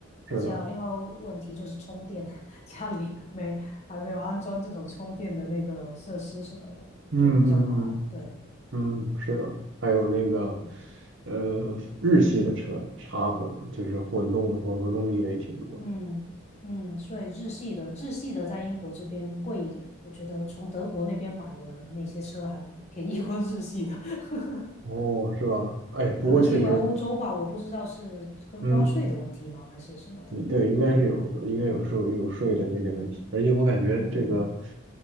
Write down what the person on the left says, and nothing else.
而且还有另外一个问题就是充电，
<laughs> 家里没还没有安装这种充电的那个设施什么的，
就比较麻烦。对，
嗯，
嗯嗯，所以日系的日系的在英国这边贵一点，我觉得从德国那边买的那些车还便宜过日系的。<laughs>
可能是因为欧洲吧，我不知道是个关税的问题吗，
还是什么的。
嗯
嗯